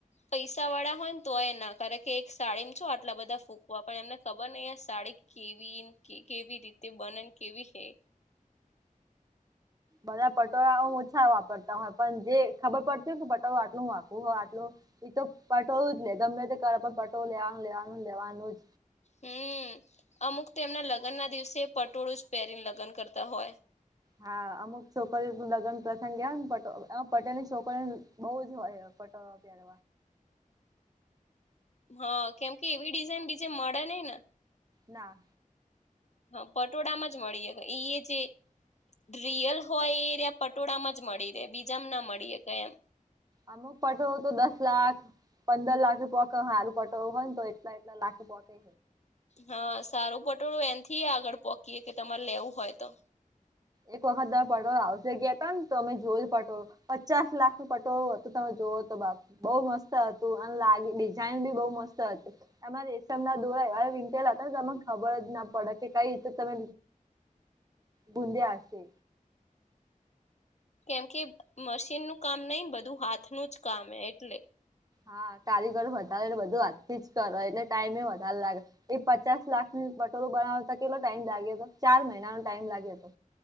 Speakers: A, on the left; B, on the right.
A: પૈસા વાળા હોય ને તોય ના કારણ કે એક સાડીમ છો આટલા બધા ફૂકવા પણ એમને ખબર ન સાડી. કેવી કે કેવી રીતે બનન કેવી હૈ.
B: બધા પટોળા હું ઓછા વાપરતા હોય પણ જે ખબર પડતી હોય કે પટોળ આટલું વાપવું હોય આટલું. તો પટોળ જ લે ગમે તે કર પણ પટોળ લેવાનું લેવાનું લેવાનું જ.
A: હમ અમુક તેમ એમના લગ્ન ના દિવસે પટોળું જ પહેરીને લગ્ન કરતા હોય.
B: હા અમુક છોકરી લગ્ન પ્રસંગ ગ ને પટો એમાં પટેલી છોકરીને બહુ જ હોય પટો. પ દ.
A: હા કેમકે એવી ડિઝાઇન બીજે મળે નહ ને.
B: ના.
A: હા પટોળામાં જ મળીએ એ જે. રિયલ હોય એ ત્યા પટોળામાં જ મળી રહે બીજામ ના મળીએ ક એમ.
B: અમુક પટો તો દસ લાખ. પંદર લાખી પોકે હાલું પટોળું હોય ને તો એટલા એટલા લાખી પોકે.
A: હા સારું પટોળું એનથી આગળ પકીએ કે તમારે લેવું હોય તો.
B: એક વખત દ પટોળ આવશે ગયા હતા ને તો અમે જોઈલ પટો. પચાસ લાખ નું પટોળું હતું તમે જોુઓ તો બાપ. બઉ મસ્ત હતું અને લાગે ડિઝઇન બી બઉુ મસ્ત હતી. એમાં રેશમ ના દોરા એવા વિેલા હતા તને ખબર જ ના પડે કે કઈ રીતે તમે બુંંદે આશે.
A: કેમ કે મશીનનુંું કામ નહી બધું હાથનુંું જ કામ એટલે.
B: હા કારીગર વધારે એટલે બધું હાથ થી જ કરે એટલે ટાઈમે વધારે લાગે. એ પચાસ લાખ ન પટોરોું બનાવતા કેટલો ટાઈમ લાગ્યો હતો ચાર મહિનાનો ટાઈમ લાગ્યો હતો.